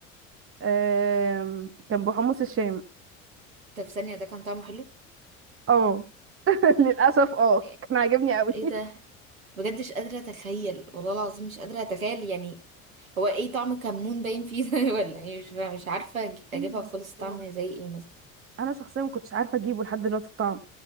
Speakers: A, on the right; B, on the right.
A: آم، كان بحمص الشام
B: طب ثانيه ده كان طعمه حلو
A: اه <laughs> للاسف اه
B: ايه
A: كان عاجبني قوي
B: إيه ده بجد مش قادره اتخيل والله العظيم مش قادره اتخيل يعني هو ايه طعم كمون باين فيه ده <laughs> ولا ايه مش فاهمة. مش عارفه
A: <laughs>
B: أج- اجيبها خالص طعم زي ايه مثلا
A: انا شخصيا ما كنتش عارفه اجيبه لحد دلوقتي الطعم